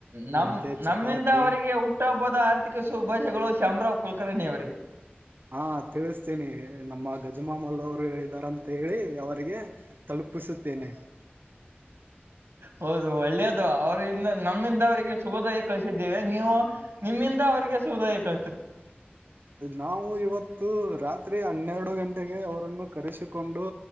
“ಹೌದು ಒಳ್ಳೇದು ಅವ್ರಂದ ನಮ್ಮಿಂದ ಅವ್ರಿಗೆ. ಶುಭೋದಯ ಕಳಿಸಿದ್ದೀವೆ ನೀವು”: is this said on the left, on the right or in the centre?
Right